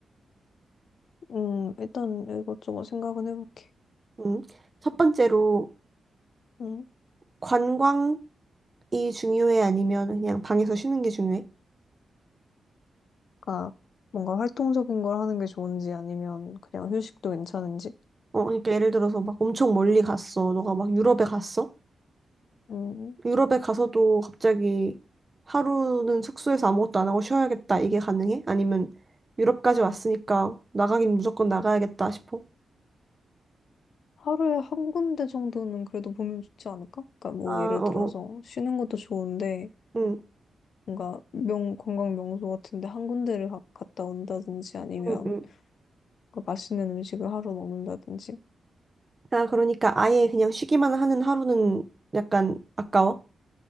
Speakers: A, on the left; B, on the right.
A: 음, 일단 이것저것 생각은 해볼게.
B: 응. 첫 번째로
A: 음,
B: 관광이 중요해 아니면 그냥 방에서 쉬는 게 중요해?
A: 그러니까 뭔가 활동적인 걸 하는 게 좋은지 아니면 그냥 휴식도 괜찮은지.
B: 어, 그러니까 예를 들어서 막 엄청 멀리 갔어. 너가 막 유럽에 갔어?
A: 음,
B: 유럽에 가서도 갑자기 하루는 숙소에서 아무것도 안 하고 쉬어야겠다. 이게 가능해? 아니면 유럽까지 왔으니까 나가긴 무조건 나가야겠다 싶어?
A: 하루에 한 군데 정도는 그래도 보면 좋지 않을까? 그러니까 뭐
B: 아,
A: 예를
B: 어,
A: 들어서
B: 어.
A: 쉬는 것도 좋은데
B: 응,
A: 뭔가 명 관광 명소 같은데 한 군데를 가- 갔다 온다든지 아니면
B: 응, 응.
A: 뭔가 맛있는 음식을 하러 먹는다든지
B: 아, 그러니까 아예 그냥 쉬기만 하는 하루는 약간 아까워?